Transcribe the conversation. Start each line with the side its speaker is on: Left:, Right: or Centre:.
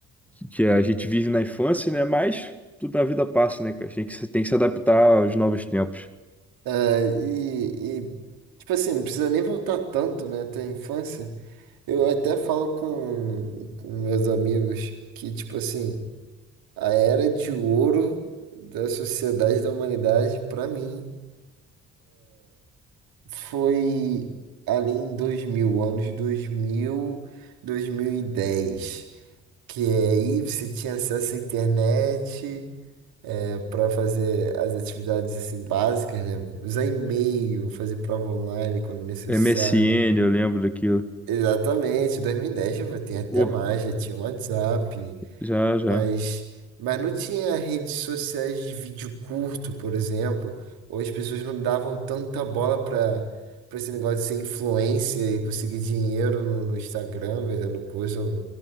Centre: que a gente vive na infância, né? Mas tudo na vida passa, né, cara? A gente tem que se tem que se adaptar aos novos tempos.
Right: É, E, e, tipo assim, não precisa nem voltar tanto, né? Até a infância. Eu até falo com, com meus amigos que, tipo assim. A era de ouro da sociedade da humanidade, para mim, foi ali em 2000, anos dois dois mil, dois mil e dez, Que é aí você tinha acesso à internet para fazer as atividades assim básicas, né? Usar e-mail, fazer prova online quando necessário.
Centre: MSN, eu lembro daquilo.
Right: Exatamente, 2010 já vai- tem até
Centre: Orkut,
Right: mais, já tinha WhatsApp,
Centre: já, já.
Right: Mas, mas não tinha redes sociais de vídeo curto, por exemplo, ou as pessoas não davam tanta bola para para esse negócio de ser influencer e conseguir dinheiro no, no Instagram vendendo coisa,